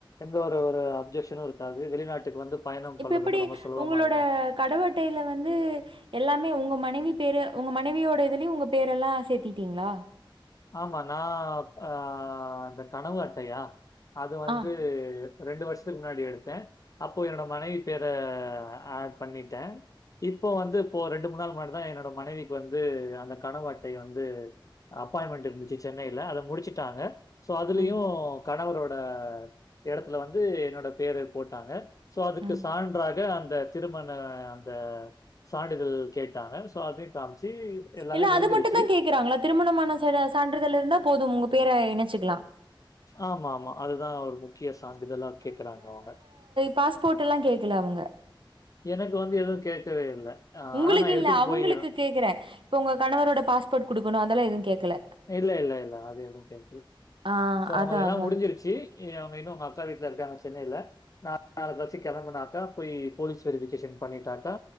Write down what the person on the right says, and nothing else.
இப்ப
எப்படி
உங்களோட கடவு அட்டையில வந்து எல்லாமே உங்க மனைவி பேரு உங்க மனைவியோட இதுலயு உங்க பேரெல்லா சேத்தீட்டீங்களா
ஆ
ம்
ம்
இல்ல
அது மட்டுந்தா கேக்குறாங்களா திருமணமான சா சான்றிதழ் இருந்தா போதும் உங்க பேர இணச்சுக்கலா
பாஸ்போட்டெல்லா கேக்கல அவ்ங்க
உங்களுக்கு
இல்ல
அவங்களுக்கு
கேக்குறே இப்ப உங்க கணவரோட பாஸ்போட் குடுக்கணு அதெல்லா எதுவு கேக்கல
ஆ
அதான்
அதான்.